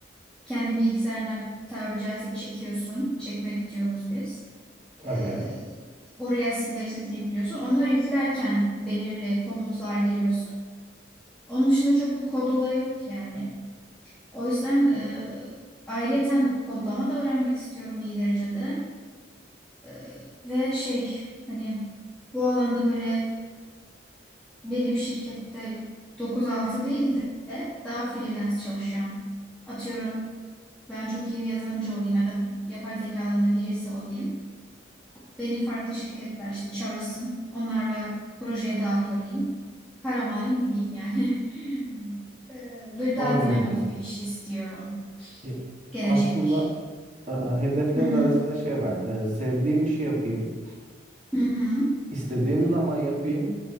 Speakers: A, in the centre; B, on the right.
A: kendi bilgisayarına tabiri caizse çekiyorsun. Çekmek diyoruz biz.
B: Evet.
A: Ee, oraya veri setini yüklüyorsun. Onları yüklerken belirli komutlar giriyorsun. Onun dışında çok bir kod olayı yok yani. O yüzden e, ayrıyeten kodlama da öğrenmek istiyorum iyi derecede. E, ve şey hani bu alanda böyle belli bir şirkette dokuz altı değil de daha freelance çalışacağım. Atıyorum ben çok iyi bir yazılımcı olayım ya da yapay zeka alanında birisi olayım. Beni farklı şirketler işte çağırsın. Onlarla projeye dahil olayım. Param alayım gideyim yani. <laughs> E, böyle
B: Anladım.
A: daha dinamik bir iş istiyorum.
B: E,
A: Gelecek.
B: Aslında e, hedeflerin
A: Hı hı.
B: arasında şey var. E, sevdiğim işi yapayım.
A: Hı hı.
B: İstediğim zaman yapayım